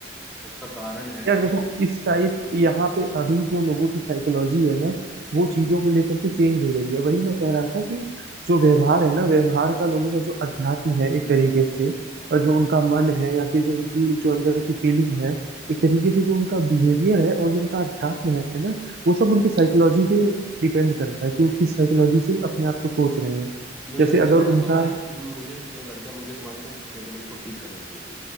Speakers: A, in the centre; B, on the right.
A: उसका कारण है
B: यार देखो
A: कि
B: इस टाइप
A: उस
B: यहाँ पे अभी जो लोगों की साइकोलॉजी है ना वो चीजों को लेकर के चेंज हो रही है वही मैं कह रहा था कि जो व्यवहार है ना व्यवहार का लोगों का जो अध्यात्म है एक तरीके से और जो उनका मन है या फिर जो उनकी जो अंदर की फीलिंग है एक तरीके से जो उनका बिहेवियर है और जो उनका अध्यात्म है ना वो सब उनकी साइकोलॉजी पे डिपेंड करता है कि वो किस साइकोलॉजी से अपने आप को सोच रहे हैं
A: मुझे
B: जैसे
A: लगता
B: अगर
A: है मैं ना
B: उनका
A: तुम्हारी मुझे ये लगता है मुझे तुम्हारे ना एक स्टेटमेंट को ठीक करना चाहिए